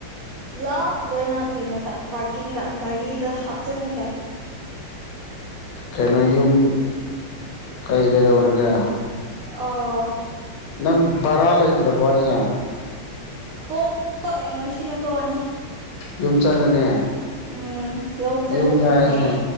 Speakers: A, on the right (about 75°); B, on the left (about 80°).
A: ꯄꯨꯂꯞ ꯂꯣꯏꯅ ꯀꯩꯅꯣꯗ ꯄꯥꯔꯀꯤꯡꯗ ꯒꯥꯔꯤꯗ ꯍꯥꯞꯆꯟꯈ꯭ꯔꯦ
B: ꯀꯩꯅꯌꯨꯝ ꯀꯨ ꯀꯩ ꯀꯩꯗꯧꯔꯒꯦ
A: ꯑ
B: ꯅꯪ ꯚꯔꯥ ꯂꯩꯇ꯭ꯔꯕꯣ ꯍꯥꯏꯁꯦ
A: ꯇꯣꯛ ꯇꯣꯛꯑꯦ ꯉꯁꯤꯅ ꯇꯣꯛꯑꯅꯤ
B: ꯌꯨꯝ ꯆꯜꯂꯅꯦ
A: ꯎꯝ ꯂꯧ ꯆꯠꯂꯒꯦ
B: ꯌꯨꯝꯗ ꯍꯥꯏꯁꯦ
A: ꯍꯦ